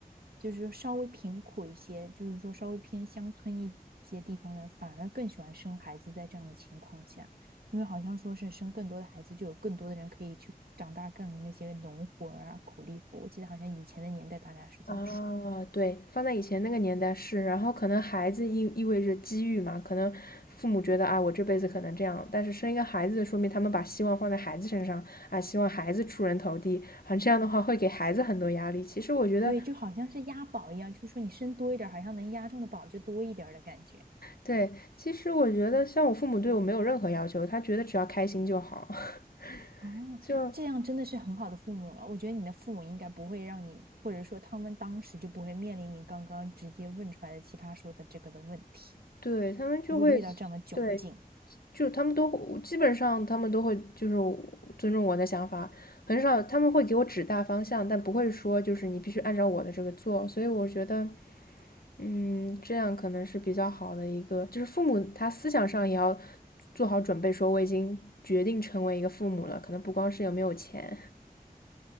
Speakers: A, on the right; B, on the left.
A: 就是说稍微贫苦一些，就是说稍微偏乡村一些地方的人，反而更喜欢生孩子，在这样的情况下，因为好像说是生更多的孩子，就有更多的人可以去长大更那些农活儿啊、苦力活。我记得好像以前的年代大家是这么说的，
B: 啊，对，放在以前那个年代是，然后可能孩子意意味着机遇嘛，可能父母觉得啊，我这辈子可能这样，但是生一个孩子，说明他们把希望放在孩子身上啊，希望孩子出人头地，啊，这样的话会给孩子很多压力。其实我觉得，
A: 对，就好像是押宝一样，就是说你生多一点儿，好像能押中的宝就多一点儿的感觉。
B: 对，其实我觉得像我父母对我没有任何要求，他觉得只要开心就好，
A: 啊，
B: <laughs> 就
A: 这样真的是很好的父母了。我觉得你的父母应该不会让你，或者说他们当时就不会面临你刚刚直接问出来的奇葩说的这个的问题，
B: 对，他们就会，
A: 不会遇到这样的窘境。
B: 对，就他们都会基本上他们都会就是尊重我的想法，很少他们会给我指大方向，但不会说就是你必须按照我的这个做，所以我觉得，嗯，这样可能是比较好的一个，就是父母他思想上也要做好准备，说我已经决定成为一个父母了，可能不光是有没有钱，